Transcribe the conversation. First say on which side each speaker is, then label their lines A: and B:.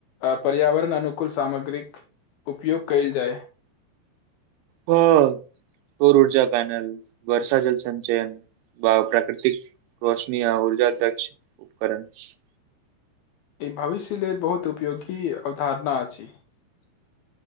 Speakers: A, on the left; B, on the right.
A: आ पर्यावरण अनुकूल सामग्रीक- उपयोग कयल जाय <unintelligible>
B: ह सौर ऊर्जा पेनल वर्षा जल संचयन ब प्राकृतिक रोशनी आ ऊर्जा द्ष उपकरण। <unintelligible>
A: ई भविष्य लेल बहुत उपयोगी अवधारणा अछि। <unintelligible>